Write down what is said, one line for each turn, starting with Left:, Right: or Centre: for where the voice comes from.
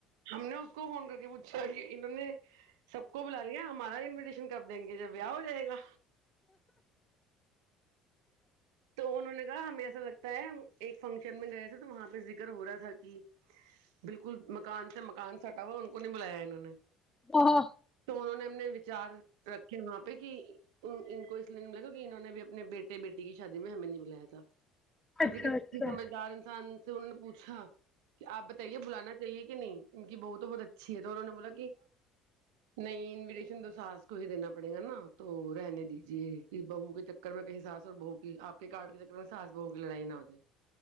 Right: ہم نے اس کو فون کر کے پوچھا کہ انہوں نے سب کو بلا لیا ہمارا انویٹیشن کب دیں گے جب بیاہ ہو جائے گا تو انہوں نے کہا ہمیں ایسا لگتا طے ہم ایک فنکشن میں گئے تھے تو وہاں پہ ذکر ہو رہا تھا کہ بالکل مکان سے مکان سٹا ہوا ان کو نہیں بلایا انہوں نے
Left: ہاں
Right: تو انہوں نے ہم نے وچار رکھے وہاں پہ کہ ان کو اس لیے نہیں ملاے کیکہ انہوں نے بھی اپنے بیٹے بیٹی کی شادی میں ہمیں نہیں بلایا تھا تو
Left: اچھا
Right: پھر کسیسی
Left: اچھا
Right: سمجھدار انسان سے انہوں نے پوچھا کہ آپ بتائیے بلانا چاہیے کہ نہیں ان کی بت تو بہت اچھیا اچھی ہے تو انہوں نے بولا کہ نہیں انویٹیشن تو ساس کو ہی دینا پڑے گا نا تو رہنے دیجے کہ بہو کے چکر میں کہیں ساس اور بہو کی آپ کے کارڈ کے چکر میں ساس بہو کی لڑائی نہ ہوجائے